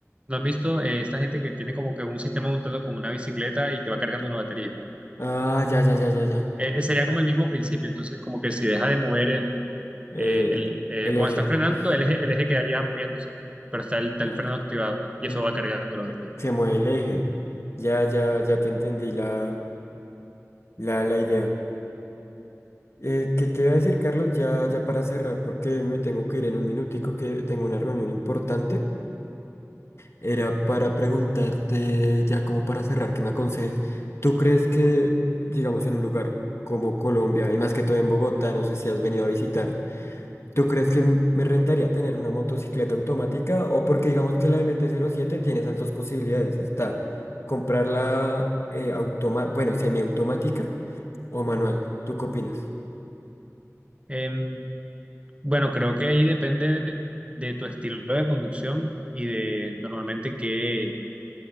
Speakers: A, on the right; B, on the left.
A: ¿no has visto eh, esta gente que tiene como que un sistema montado como una bicicleta y que va cargando una batería?
B: Ah, ya, ya, ya, ya, ya.
A: Eh, eh, sería como el mismo principio, entonces como que si deja de mover el,
B: Eh,
A: eh, el- eh,
B: el
A: cuando
B: eje.
A: está frenando,
B: Sí.
A: el eje, el eje quedaría moviéndose, pero está el, está
B: Ah,
A: el freno activado y
B: ah,
A: eso va cargando
B: ok.
A: la batería.
B: se mueve el eje. Ya, ya, ya te entendí la, la, la idea. Eh, ¿qué te voy a decir, Carlos? Ya, ya para cerrar, porque me tengo que ir en un minutico que tengo una reunión importante. Era para preguntarte, ya como para cerrar, que me aconsejes. ¿Tú crees que, digamos, en un lugar como Colombia, y más que todo en Bogotá, no sé si has venido a visitar, ¿tú crees que m- me rentaría tener una motocicleta automática? O porque digamos que la MT-07 tiene esas dos posibilidades. Está comprarla eh, automa- bueno, semiautomática o manual. ¿Tú qué opinas?
A: Em, bueno, creo que ahí depende de tu estilo de conducción y de normalmente qué,